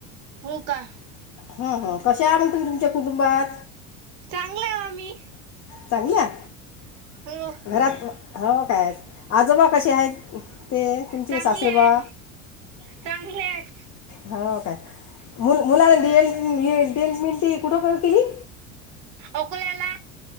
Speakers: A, on the right (about 65°); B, on the left (about 40°).
A: हो का.
B: हं, हं. कशा आहात मग तुम्ही तुमच्या कुटुंबात
A: चांगलं आहे आम्ही
B: चांगल्या.
A: <inaudible>
B: घरात हो काय आजोबा कसे आहेत ते तुमचे
A: चांगले
B: सासरेबुवा.
A: आहेत चांगले आहेत.
B: हो काय मु मुल D D M L T कुठ बर केली?
A: अकोलेला.